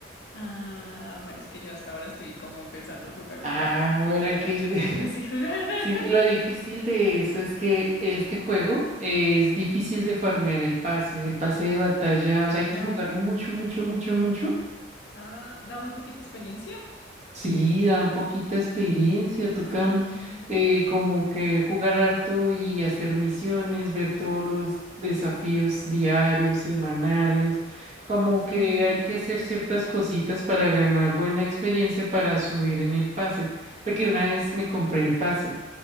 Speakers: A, on the left; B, on the right.
A: Ah, bueno, es que yo hasta ahora estoy como empezando a jugar
B: Ah,
A: otra vez porque
B: bueno,
A: llevo
B: que
A: mucho tiempo sin
B: <laughs>
A: jugar.
B: Sí,
A: <laughs>
B: lo difícil de eso es que este juego es difícil de farmear el pase, el pase de batalla, o sea, hay
A: Da
B: que jugar
A: muy,
B: mucho, mucho, mucho, mucho.
A: ah, da muy poquita experiencia.
B: Sí, dan poquita experiencia, Tocan
A: Ah, no.
B: eh, como que jugar harto y hacer misiones, ver todos los desafíos diarios, semanales, como
A: Sí.
B: que hay que hacer ciertas cositas para ganar buena experiencia para subir en el pase, porque una vez
A: Mm,
B: me compré el pase.